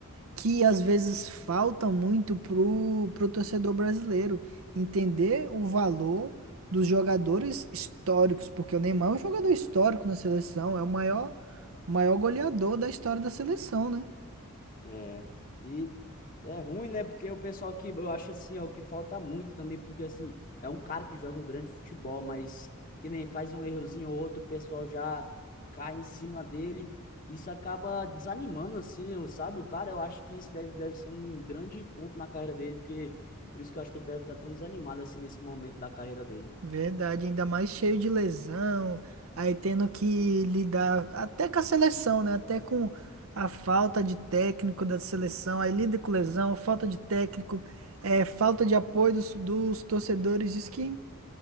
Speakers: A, on the right; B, on the left.
A: que às vezes falta muito pro, pro torcedor brasileiro entender o valor dos jogadores históricos, porque o Neymar é um jogador histórico na seleção, é o maior, o maior goleador da história da seleção, né?
B: É, e é ruim, né? Porque o pessoal que eu acho assim, é o que falta muito também, porque assim, é um cara que joga um grande futebol, mas que nem faz um errozinho ou outro, o pessoal já cai em cima dele. Isso acaba desanimando, assim, eu- sabe? O cara, eu acho que isso deve, deve ser um grande ponto na carreira dele, porque por isso que eu acho que ele deve estar tão desanimado, assim, nesse momento da carreira dele.
A: Verdade, ainda mais cheio de lesão, aí tendo que lidar até com a seleção, né? Até com a falta de técnico da seleção, aí lida com lesão, falta de técnico, é, falta de apoio dos, dos torcedores. Isso que